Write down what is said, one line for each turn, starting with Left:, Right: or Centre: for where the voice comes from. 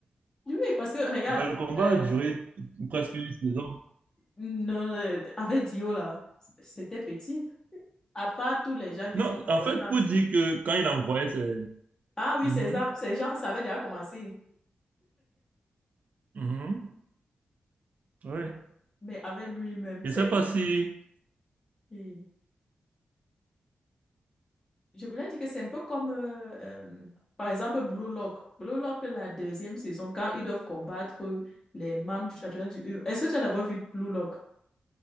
Left: Oui, oui, parce que regarde,
Right: ben, le combat
Left: euh,
Right: a duré presque une saison.
Left: non, euh, avec Dio là, c'était petit. À part tous les gens qu'ils
Right: Non,
Left: ont
Right: en
Left: rencontrés.
Right: fait, pour dire que quand il envoyait, c'est...
Left: Ah oui,
Right: Mhm,
Left: c'est ça. Ces gens, ça avait déjà commencé.
Right: mhm, ouais.
Left: Non. Mais avec lui-même,
Right: Je
Left: c'est
Right: sais pas si...
Left: comme. Je voulais dire que c'est un peu comme, euh, euh, par exemple, Blue Lock. Blue Lock, la deuxième saison, quand ils doivent combattre les membres du championnat du U. E, Est-ce que tu as d'abord vu Blue Lock?